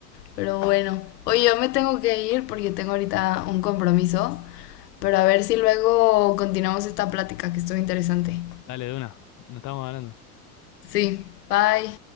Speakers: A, on the left (about 85°); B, on the left (about 40°).
A: Pero bueno, oye, yo me tengo que ir porque tengo ahorita un compromiso. Pero a ver si luego continuamos esta plática que estuvo interesante.
B: Dale de una, no estamos hablando.
A: Sí, bye.